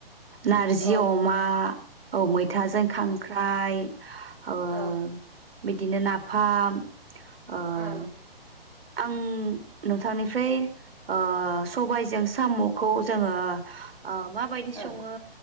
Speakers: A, on the right; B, in the centre.
A: नारजि
B: औ
A: अमा औ मैथाजों खां। ओमफाय ओ।
B: औ
A: बिदिनो नाफाम ओ
B: ओं।
A: आं नोंथांनिफ्राय ओ। सबायजों सामखौ जोङो आ माबायदि सङो
B: ओं